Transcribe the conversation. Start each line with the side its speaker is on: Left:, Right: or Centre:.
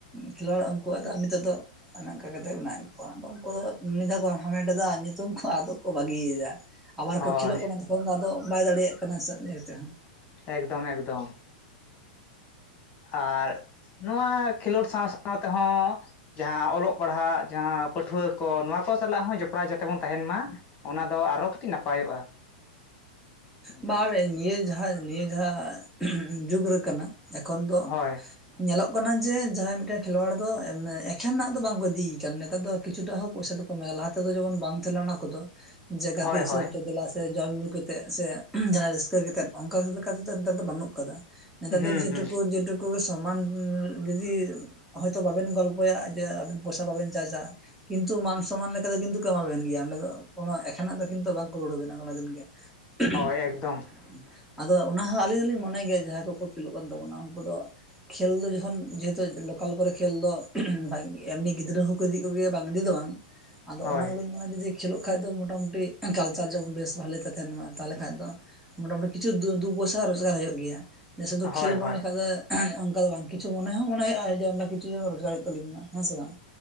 Centre: ᱠᱷᱮᱞᱳᱣᱟᱲ ᱩᱱᱠᱩᱣᱟᱜ ᱫᱚ ᱱᱤᱛᱚᱜ ᱫᱚᱼᱼ ᱚᱱᱮ ᱚᱱᱠᱟ ᱠᱟᱛᱮᱫ ᱢᱮᱱᱟᱜ ᱠᱚᱣᱟ ᱟᱫᱚ ᱩᱱᱠᱩ ᱫᱚ ᱢᱤᱫᱷᱟᱣᱠᱚ ᱦᱟᱢᱮᱴ ᱫᱟ ᱧᱩᱛᱩᱢ ᱠᱚ ᱟᱫᱚ ᱠᱚ ᱵᱟᱜᱤᱭᱮᱫᱟ᱾ ᱟᱵᱟᱨ
Left: ᱦᱳᱭ
Centre: ᱠᱚ ᱠᱷᱮᱞᱳᱜ ᱠᱟᱱᱟ ᱛᱚᱠᱷᱚᱱ ᱫᱚ ᱟᱫᱚ ᱵᱟᱭ ᱫᱟᱲᱮᱭᱟᱜ ᱠᱟᱱᱟ ᱤᱭᱟᱹᱼᱼ
Left: ᱮᱠᱫᱚᱢ ᱮᱠᱫᱚᱢ᱾ ᱟᱨ ᱱᱚᱣᱟ ᱠᱷᱮᱞᱳᱰ ᱥᱟᱶ ᱥᱟᱶ ᱛᱮᱦᱚᱸᱼᱼ ᱡᱟᱦᱟᱸ ᱚᱞᱚᱜ ᱯᱟᱲᱦᱟᱜ ᱡᱟᱦᱟᱸᱼᱼ ᱯᱟᱹᱴᱷᱩᱣᱟᱹ ᱠᱚ ᱱᱚᱣᱟ ᱠᱚ ᱥᱟᱞᱟᱜ ᱦᱚᱸ ᱡᱚᱯᱲᱟᱣ ᱡᱟᱛᱮ ᱵᱚᱱ ᱛᱟᱦᱮᱱ ᱢᱟ ᱚᱱᱟ ᱫᱚ ᱟᱨᱚ ᱠᱟᱴᱤᱡ ᱱᱟᱯᱟᱭᱚᱜᱼᱟ᱾ ᱦᱩᱸ
Centre: ᱵᱟᱝ ᱱᱤᱭᱟᱹ ᱡᱟᱦᱟᱸ ᱱᱤᱭᱟᱹ ᱡᱟᱦᱟᱸ ᱡᱩᱜᱽ ᱨᱮ ᱠᱟᱱᱟ ᱮᱠᱷᱚᱱ ᱫᱚᱼᱼ
Left: ᱦᱳᱭ
Centre: ᱧᱮᱞᱚᱜ ᱠᱟᱱᱟ ᱡᱮ ᱡᱟᱦᱟᱸᱭ ᱢᱤᱫᱴᱮᱱ ᱠᱷᱮᱞᱣᱟᱲ ᱫᱚ ᱮᱠᱷᱮᱱᱟᱜ ᱫᱚ ᱵᱟᱝᱠᱚ ᱤᱫᱤᱭᱮ ᱠᱟᱱᱟ ᱱᱮᱛᱟᱨ ᱫᱚᱼᱼ ᱠᱤᱪᱷᱩᱴᱟᱜ ᱦᱚᱸ ᱯᱚᱭᱥᱟ ᱫᱚᱠᱚ ᱮᱢᱟᱭᱟ ᱞᱟᱦᱟ ᱛᱮᱫᱚ ᱡᱮᱢᱚᱱ ᱵᱟᱝ ᱛᱟᱦᱮᱸᱠᱟᱱᱟ ᱚᱱᱟ ᱠᱚᱫᱚ ᱡᱮ ᱜᱟᱛᱮ
Left: ᱦᱳᱭ
Centre: ᱦᱤᱥᱟᱹᱵ
Left: ᱦᱳᱭ
Centre: ᱛᱮᱼᱼ ᱥᱮ ᱡᱚᱢ ᱧᱩ ᱠᱟᱛᱮᱫ ᱥᱮ ᱡᱟᱦᱟᱸᱱᱟᱜ ᱨᱟᱹᱥᱠᱟᱹ ᱠᱟᱛᱮ ᱚᱱᱠᱟ ᱞᱮᱠᱟ ᱛᱮᱫᱚ ᱱᱮᱛᱟᱨ ᱫᱚ ᱵᱟᱱᱩᱜ ᱠᱟᱫᱟ᱾ ᱱᱮᱛᱟᱨ
Left: ᱦᱩᱸ
Centre: ᱫᱚ ᱡᱮᱴᱩᱠᱩ
Left: ᱦᱩᱸ
Centre: ᱡᱮᱴᱩᱠᱩ ᱥᱚᱢᱟᱱ ᱡᱩᱫᱤ ᱦᱚᱭᱛᱳ ᱵᱟᱵᱮᱱ ᱜᱚᱞᱯᱚᱭᱟ ᱡᱮ ᱟᱵᱮᱱ ᱯᱚᱭᱥᱟ ᱵᱟᱵᱮᱱ ᱪᱟᱡᱟ <unintelligible> ᱠᱤᱱᱛᱩ ᱢᱟᱱ ᱥᱚᱢᱟᱱ ᱞᱮᱠᱟᱛᱮᱼᱼ ᱠᱤᱱᱛᱩ ᱠᱚ ᱮᱢᱟ ᱵᱮᱱ ᱜᱮᱭᱟ ᱚᱸᱰᱮ ᱫᱚ ᱠᱚᱱᱳ ᱮᱠᱷᱮᱱᱟᱜ ᱫᱚ ᱠᱤᱱᱛᱩ ᱵᱟᱝᱠᱚ ᱨᱩᱟᱹᱲ ᱵᱤᱱᱟ ᱠᱚᱱᱚ ᱫᱤᱱ ᱜᱮ <unintelligible>
Left: ᱦᱳᱭ ᱮᱠᱫᱚᱢ
Centre: ᱟᱫᱚ ᱚᱱᱟ ᱦᱚᱸ ᱟᱞᱤᱧ ᱫᱚᱞᱤᱧ ᱢᱚᱱᱮ ᱜᱮᱭᱟ ᱡᱟᱦᱟᱸᱭ ᱠᱚ ᱠᱚ ᱠᱷᱮᱞᱳᱜ ᱠᱟᱱ ᱛᱟᱵᱚᱱᱟ ᱩᱱᱠᱩ ᱫᱚᱼᱼ ᱠᱷᱮᱞ ᱫᱚ ᱡᱚᱠᱷᱚᱱ ᱡᱮᱦᱮᱛᱩ ᱞᱚᱠᱟᱞ ᱠᱚᱨᱮ ᱠᱷᱮᱞ ᱫᱚ ᱮᱢᱱᱤ ᱜᱤᱫᱽᱨᱟᱹ ᱦᱚᱸᱠᱚ ᱤᱫᱤ ᱠᱚᱜᱮᱭᱟ ᱵᱟᱝ ᱤᱫᱤ ᱫᱚ ᱵᱟᱝ᱾ ᱟᱫᱚ
Left: ᱦᱳᱭ
Centre: ᱚᱱᱟ ᱜᱮᱞᱤᱧ ᱢᱮᱱᱟ ᱡᱩᱫᱤ ᱠᱷᱮᱞᱳᱜ ᱠᱷᱟᱱ ᱫᱚ ᱢᱚᱴᱟᱢᱩᱴᱤ ᱠᱟᱞᱪᱟᱨ ᱡᱮᱢᱚᱱ ᱵᱮᱥ ᱵᱷᱟᱞᱮ ᱛᱮ ᱛᱟᱦᱮᱱ ᱢᱟ ᱛᱟᱦᱥᱞᱮ ᱠᱷᱟᱱ ᱫᱚᱼᱼ ᱢᱚᱴᱟᱢᱩᱴᱤ ᱠᱤᱪᱷᱩ ᱫᱩ ᱫᱩ ᱯᱚᱭᱥᱟ ᱨᱳᱡᱽᱜᱟᱨ ᱦᱩᱭᱩᱜ ᱜᱮᱭᱟ ᱥᱩᱫᱩ
Left: ᱦᱳᱭ
Centre: ᱠᱷᱮᱞ
Left: ᱦᱳᱭ
Centre: ᱢᱚᱱᱮ ᱞᱮᱠᱷᱟᱡ ᱫᱚᱼᱼ ᱚᱱᱠᱟ ᱫᱚ ᱵᱟᱝ ᱠᱤᱪᱷᱩ ᱢᱚᱱᱮ ᱦᱚᱸ ᱢᱚᱱᱮ ᱦᱩᱭᱩᱜᱼᱟ ᱡᱮᱸ ᱠᱤᱪᱷᱩ ᱨᱳᱡᱽᱜᱟᱨ ᱦᱩᱭᱩᱜ ᱛᱟᱞᱤᱧ ᱢᱟ ᱦᱮᱸᱥᱮ ᱵᱟᱝ᱾